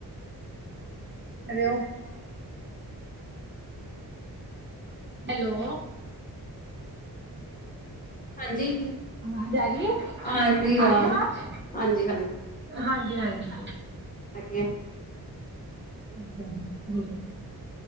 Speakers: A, on the right; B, on the left.
A: <unintelligible> ਹੈਲੋ।
B: ਹਾਂਜੀ।
A: ਆਵਾਜ਼ ਆ ਰੀਆ
B: ਆ ਰਹੀ
A: ਆਰੀ ਆ ਆਵਾਜ਼
B: ਹਾਂਜੀ
A: ਹਾਂਜੀ-ਹਾਂਜੀ
B: ਹੈਗੇ
A: <inaudible>